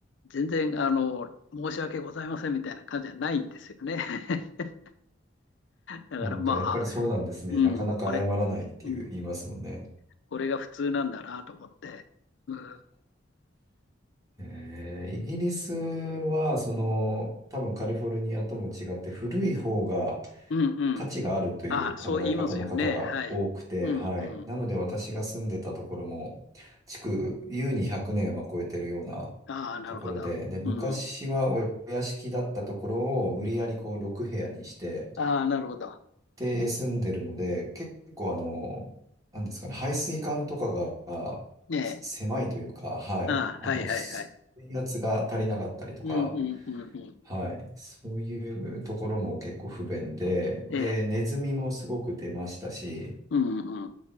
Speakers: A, on the left; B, on the right.
A: 全然、あの、申し訳ございませんみたいな感じじゃないんですよね。<laughs> だから、
B: なんかやっぱりそうなんですね。
A: まあ、うん、
B: なかなか謝らないっていう言いますもんね。
A: これ、うん、これが普通なんだなと思って、うん、
B: えーイギリスは、その、多分カリフォルニアとも違って古い方が
A: うん、
B: 価値があるという考え方の方が多くて、
A: うん。あ、そう言いますよね。はい。うん、
B: はい。
A: うん。
B: なので私が住んでたところも、築、優に100年は超えてるような
A: ああ、なるほど。
B: ところで、で、昔はお屋敷だったところを無理やりこう6部屋にして、
A: うん。ああ、なるほど。
B: で、住んでるので、結構あの、なんですかね、排水管とかがあ狭いというか、
A: ねえ。
B: はい。
A: ああ、
B: あの、
A: はい、はい、
B: 水
A: はい。
B: 圧が足りなかったりとか、
A: うん、うん、うん、うん。
B: はい。そういうところも結構不便で、で、
A: ええ。
B: ネズミもすごく出ましたし、
A: うん、うん。